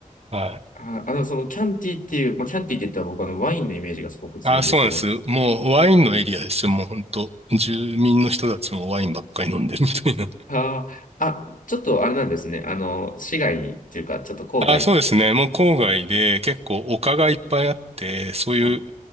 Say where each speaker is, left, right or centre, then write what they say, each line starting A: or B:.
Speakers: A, on the right; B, on the left.
A: はい
B: あー、あの、そのキャンティっていう、まあ、キャンティって言ったら僕はあのワインのイメージがすごく強いんですけど。
A: あ、そうなんです。もうワインのエリアですよ。もう本当住民の人たちもワインばっかり飲んでる <laughs> みたいな。
B: ああ、あ、ちょっとあれなんですね。あの、市外っていうか、ちょっと郊外。
A: あ、そうですね。もう郊外で結構丘がいっぱいあって、そういう
B: はい。